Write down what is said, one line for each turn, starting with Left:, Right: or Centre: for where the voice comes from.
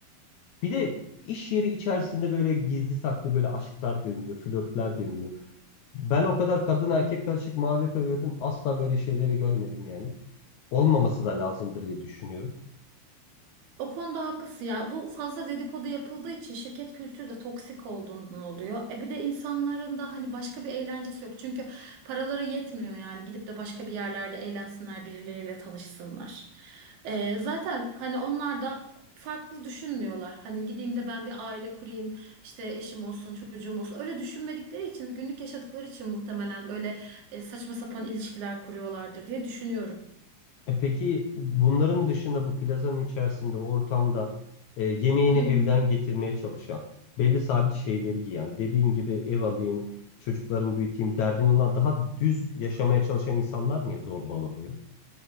Left: Bir de iş yeri içerisinde böyle gizli saklı böyle aşklar dönüyor, flörtler dönüyor. Ben o kadar kadın erkek karışık mavi yaka gördüm. Asla böyle şeyleri görmedim yani. Olmaması da lazımdır diye düşünüyorum.
Right: O konuda haklısın ya. Bu fazla dedikodu yapıldığı için şirket kültürü de toksik olduğundan oluyor. E bir de insanların da hani başka bir eğlencesi yok. Çünkü paraları yetmiyor yani gidip de başka bir yerlerde eğlensinler, birileriyle tanışsınlar. E, zaten hani onlar da farklı düşünmüyorlar. Hani gideyim de ben bir aile kurayım, işte eşim olsun, çocuğum olsun. Öyle düşünmedikleri için, günlük yaşadıkları için muhtemelen öyle e, saçma sapan ilişkiler kuruyorlardır diye düşünüyorum.
Left: E peki bunların dışında bu plazanın içerisinde o ortamda e, yemeğini
Right: <laughs>
Left: evden getirmeye çalışan, belli sabit şeyleri giyen, dediğin gibi ev alayım, çocuklarımı büyüteyim derdin olan daha düz yaşamaya çalışan insanlar niye zorbalanıyor?